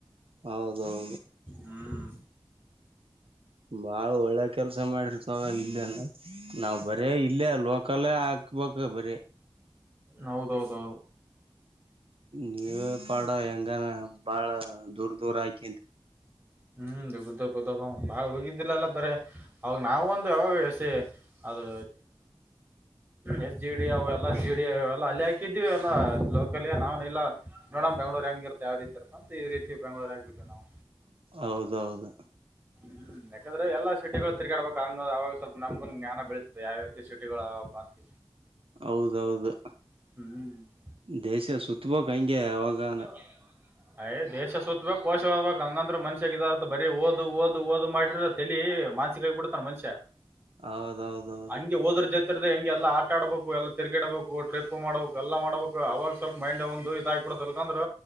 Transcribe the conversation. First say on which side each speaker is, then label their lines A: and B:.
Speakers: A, on the right (about 70°); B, on the right (about 25°).
A: ಹೌದೌದ.
B: ಹ್ಮ್
A: ಬಾಳ ಒಳ್ಳೆ ಕೆಲ್ಸ ಮಾಡಿರಪಾ ಇಲ್ಲ ಅಲ್ಲ. ನಾವ ಬರೇ ಇಲ್ಲೇ ಲೋಕಲ್ಲ ಹಾಕ್ಬೇಕ ಬರೀ.
B: ಹೌದೌದೌದು
A: ನೀವೇ ಪಾಡ ಹೆಂಗನ ಬಾಳ ದೂರ್ ದೂರ ಹಾಕ
B: ಹ್ಮ್ಗುದ್ದ ಕುದ್ದಪ್ಪ ಬಾಳ ಹೋಗಿದ್ದಿಲ್ಲಲ್ಲಾ ಬರ ಅವಾಗ ನಾವ ಒಂದು ಯಾವಾಗಸ ಅದು ಎಸ್ ಜಿ ಡಿ ಅವ ಎಲ್ಲಾ ಜೆ ಡಿ ಎಲ್ಲ ಅಲ್ಲಿ ಹಾಕಿದ್ವಿ ಎಲ್ಲಾ ಲೋಕಲ್ಯ ನಾವನ್ಲ್ಲ ನೋಡಮ ಬೆಂಗ್ಳೂ ಹೆಂಗ ಇತ ಯಾವ ರೀತಿರ್ತಂತ ಈೀತಿ ಬೆಂಗಳೂರ್ ಆಗ್ಬ ಬಿಟ್ಟ ನವು
A: ಹೌದೌದು
B: ಹ್ಮ್ ಯಾಕಂದ್ರೆ ಎಲ್ಲ ಸಿಟಿಗಳು ತಿರ್ಗಾಡ್ಬೇಕಕ್ ಅಂಗ ಅವಾಗ ಸ್ವಲ್ಪ ನಮಗನ್ ಜ್ಞಾನ ಬೀಳತದೆ ಯಾವ ರೀತಿ ಸಿಟಿಗಳ ಅದಾವಂತ
A: ಹೌದೌದು
B: ಹ್ಮ್ ಹ್ಮ ಹ್ಮ
A: ದೇಶ ಸುತ್ತಬೋಕ್ ಹಂಗೆ ಅವಾಗಾನ
B: <unintelligible> ಅಯ್ ದೇಶ ಸುತ್ತಬೇಕಕ್ ಕೋಶವ್ಬೇಕಕ್ ಹಂಗಂದ್ರ ಮನ್ಷ್ಯಾಗ ಇದಾರಥ ಬರೀ ಓದು ಓದು ಓದ ಮಾಡ್ರ ತಲಿ ಮಾನ್ಸ ಮಾನಸಿಕ ಹಾಗೆ ಬಿಿಡ್ತಾನ ಮನುಷ್ಯ
A: ಹೌದೌದೌದು
B: ಹಂಗೆ ಹೋದ್ರ ಜೊತೆ ಹೆಂಗೆ ಎಲ್ಲ ಆಟ ಆಡಬೇಕು ಎಲ್ಲ ತಿರುಗಿಡಬೇಕು ಟ್ರಿಪ್ ಮಾಡಬೇಕು ಎಲ್ಲ ಮಾಡಬೇಕು ಅವಾಗ ಸ್ವಲ್ಪ ಮೈಂಡ್ ಒಂದು ಇದ ಆ್ಬಡು ಸಲ್ಕಂದ್ರ